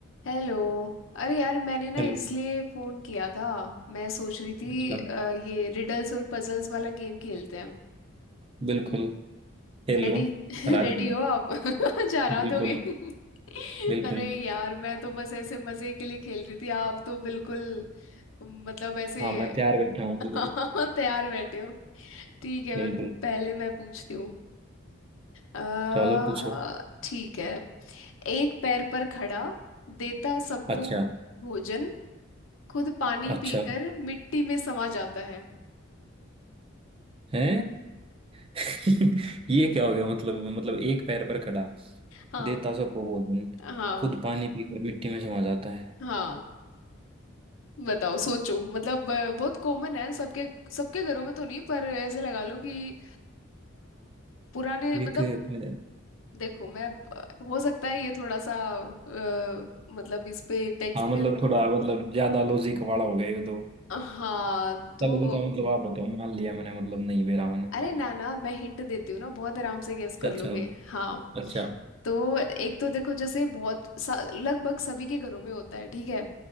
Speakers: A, on the left; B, on the right.
A: हेलो अरे यार मैंने ना
B: Hello
A: इसलिए फ़ोन किया था मैं सोच रही थी
B: अच्छा
A: अ, ये रिडल्स और पजल्स वाला गेम खेलते हैं
B: बिल्कुल Hello
A: रेडी <laughs>
B: Radhe
A: रेडी हो आप <laughs> जा रहा
B: बिल्कुल
A: दोगे <laughs>
B: बिल्कुल
A: अरे यार मैं तो बस ऐसे मज़े के लिए खेल रही थी आप तो बिल्कुल मतलब ऐसे
B: हाँ मैं तैयार बैठा हूँ
A: <laughs>
B: बिल्कुल
A: तैयार बैठे हो ठीक है
B: बिल्कुल
A: मैं पहले मैं पूछती हूँ अ,
B: चलो पूछो
A: ठीक है एक पैर पर खड़ा देता सबको
B: अच्छा
A: भोजन खुद पानी
B: अच्छा
A: पीकर मिट्टी में समा जाता है
B: है <laughs> ये क्या हो गया मतलब मतलब एक पैर पर खड़ा
A: हाँ
B: देता सबको भोजन
A: हाँ
B: खुद पानी पीकर मिट्टी में समा जाता है
A: हाँ बताओ सोचो मतलब अ, बहुत कॉमन है सबके सबके घरों में तो नहीं पर ऐसे लगा लो कि अ, पुराने मतलब
B: एक पैर-
A: देखो मैं हो सकता है ये थोड़ा सा अ, मतलब इस पे टेक्स्ट
B: हाँ
A: में
B: मतलब थोड़ा मतलब ज्यादा लॉजिक वाला हो गया ये तो
A: हाँ तो
B: चलो बताओ मतलब आप बताओ मान लिया मैंने मतलब नहीं बेरा मैंने
A: अरे ना ना मैं हिंट देती हूँ ना बहुत आराम से गेस कर
B: अच्छा
A: लोगे हाँ
B: अच्छा
A: तो एक तो देखो जैसे बहुत सा- लगभग सभी के घरों में होता है ठीक है